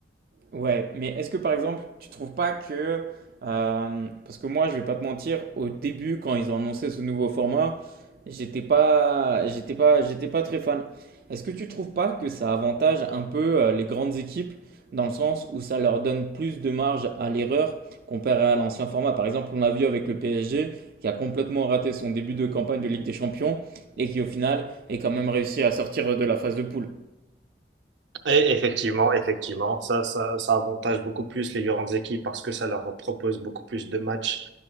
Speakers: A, on the right; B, on the right.
A: Ouais, mais est-ce que par exemple, tu trouves pas que, euh, parce que moi, je vais pas te mentir, au début, quand ils ont annoncé ce nouveau format, j'étais pas, j'étais pas, j'étais pas très fan. Est-ce que tu trouves pas que ça avantage un peu euh, les grandes équipes dans le sens où ça leur donne plus de marge à l'erreur comparé à l'ancien format? Par exemple, on a vu avec le PSG qui a complètement raté son début de campagne de Ligue des Champions et qui au final est quand même réussi à sortir de la phase de poule.
B: Et effectivement, effectivement, ça, ça, ça avantage beaucoup plus les grandes équipes parce que ça leur propose beaucoup plus de matchs